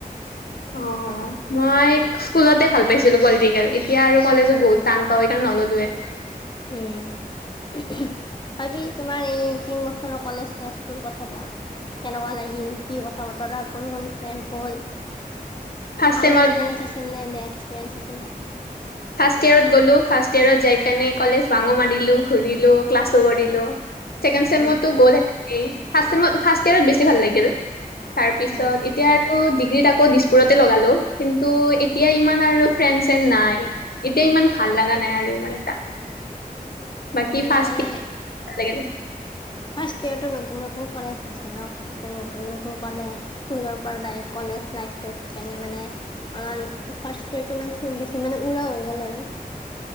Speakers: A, on the left; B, on the left.
A: <inaudible>
B: অ', মই স্কুলতে ভাল পাইছিলো পলিটিকেল এতিয়া আৰু কলেজত বহুত টান পাওঁ সেইকাৰণে নললোৱে।
A: উম। বাকি তোমাৰ এই তিন বছৰৰ কলেজ লাইফটোৰ কথা কোৱা? কেনেকুৱা লাগিল কি কথা বতৰা কোন কোন ফ্ৰেণ্ড হ'ল, ভাল
B: ফাৰ্ষ্ট চেমত
A: এক্সপিৰিয়েঞ্চ আছিল নে বেয়া এক্সপিৰিয়েঞ্চ আছিলে?
B: ফাৰ্ষ্ট ইয়েৰত গ'লো ফাৰ্ষ্ট ইয়েৰত যাইকিনে কলেজ ভাঙো মাৰিলোঁ ঘূৰিলোঁ ক্লাছো কৰিলোঁ। ছেকেণ্ড চেমতো
A: উম,
B: গ'ল সেনেকেই, ফাৰ্ষ্ট ইয়েৰত বেছি ভাল লাগিল। তাৰ পিছত
A: উম,
B: এতিয়া টো ডিগ্ৰীত আকৌ দিছপুৰতে লগালো কিন্তু এতিয়া ইমান আৰু ফ্ৰেণ্ড চেনড নাই। এতিয়া ইমান ভাল লগা নাই আৰু ইমানটা। বাকি
A: উম,
B: ফাৰ্ষ্ট
A: মানে
B: ইয়েৰ ভাল লাগিনো।
A: ফাৰ্ষ্ট ইয়েৰটো নতুন নতুন কলেজ হৈছে ন, ফাৰ্ষ্ট টাইম নতুন নতুন কলেজ স্কুলৰ পৰা ডাইৰেক্ট কলেজ কলেজ লাইফটো সেইকাৰণে মানে, অলপমান ফাৰ্ষ্ট ইয়েৰটোত খুব বেছি মানে উৰা হৈ গ'ল আৰু।